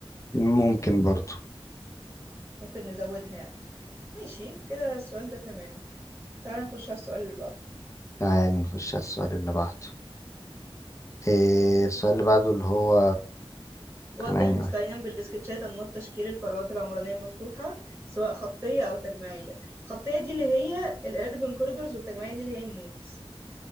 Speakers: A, on the left; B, on the right.
A: ممكن برضو
B: ممكن نزودها يعني ماشي كده السؤال ده تمام تعالى نخش على السؤال اللي بعده
A: تعال نخش على السؤال اللي بعده إيه السؤال اللي بعده اللي هو
B: وضح
A: كان انهي
B: مستعينا
A: واحد
B: بالسكتشات أنماط تشكيل الفراغات العمرانية المفتوحة سواء خطية أو تجميعية الخطية دي اللي هي الأربن كوريدورز والتجميعية دي اللي هي النودز